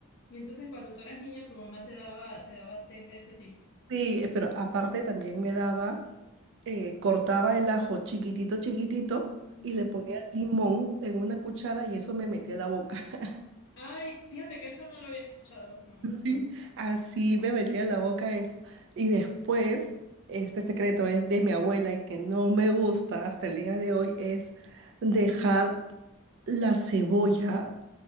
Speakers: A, on the left; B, on the right.
A: Y entonces cuando tú eras niña, tu mamá te daba, te daba test de ese tipo.
B: Sí, eh, pero aparte también me daba, eh, cortaba el ajo chiquitito, chiquitito
A: Ujú.
B: y le ponía limón en una cuchara y eso me metía a la boca. <laughs>
A: Ay, fíjate que eso no lo había escuchado, no.
B: Sí, así me metía a la boca eso. Y después, este secreto es de mi abuela y que no me gusta hasta el día de hoy, es dejar la cebolla